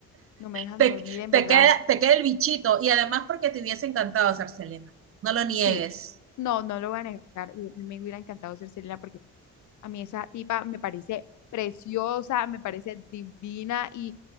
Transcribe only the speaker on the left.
No me dejan
dormir, en
verdad.
Sí, no, no lo voy a negar. Uy, a mí Me hubiera encantado ser Selena porque a mí esa tipa me parece preciosa, me parece divina y